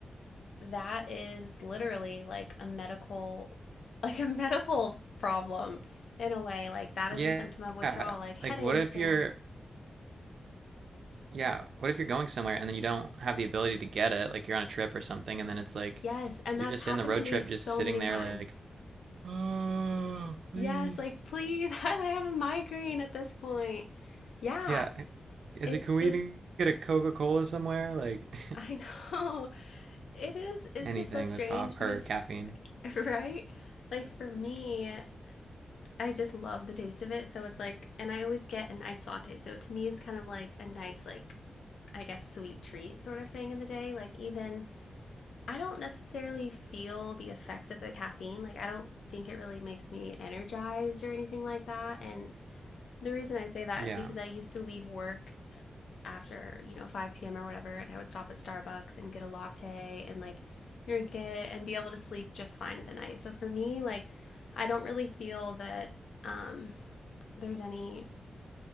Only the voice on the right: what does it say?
Yeah.
Like, what if
you're Yeah. What if you're going somewhere and then you don't have the ability to get it? Like you're on a trip or something, and then it's like
you're
just
in the road
trip,
just sitting
there,
like, Oh, please.
yeah, is
it? Can
we even get a Coca Cola somewhere? Like <laughs>
anything
with coffee
or caffeine.
Yeah.